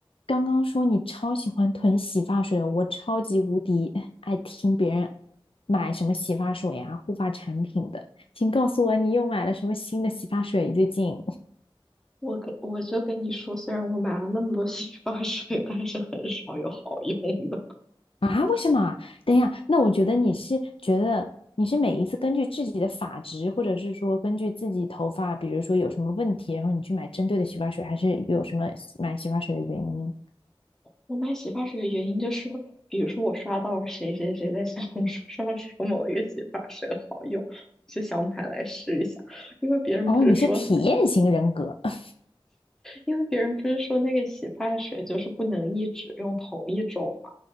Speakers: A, on the left; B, in the centre.
A: 刚刚说你超喜欢囤洗发水的，我超级无敌爱听别人买什么洗发水呀、护发产品的。请告诉我你又买了什么新的洗发水？最近
B: 我跟我就跟你说，虽然我买了那么多洗发水，但是很少有好用的。
A: 啊？为什么啊等一下，那我觉得你是觉得你是每一次根据自己的发质，或者是说根据自己头发，比如说有什么问题，然后你去买针对的洗发水，还是有什么买洗发水的原因？
B: 我买洗发水的原因就是，比如说我刷到谁谁谁在小红书上说某一个洗发水好用，我就想买来试一下。因为别人不是说
A: 哦，你是体验型人格，<laughs>
B: 因为别人不是说那个洗发水就是不能一直用同一种嘛，